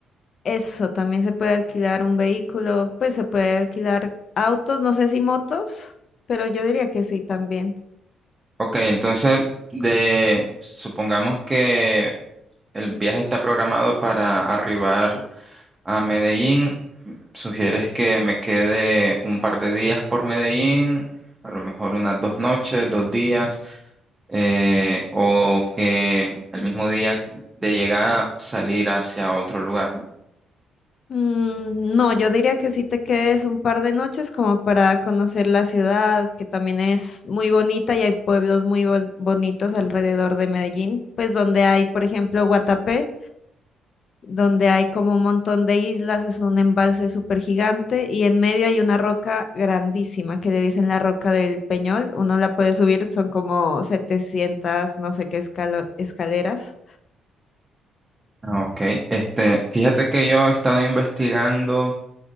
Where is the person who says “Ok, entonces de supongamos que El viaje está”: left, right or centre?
Right